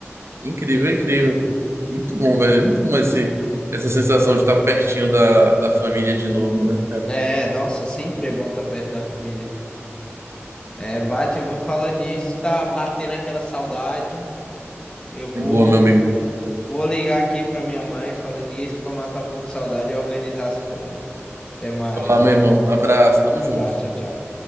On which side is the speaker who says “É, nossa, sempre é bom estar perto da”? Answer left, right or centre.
Left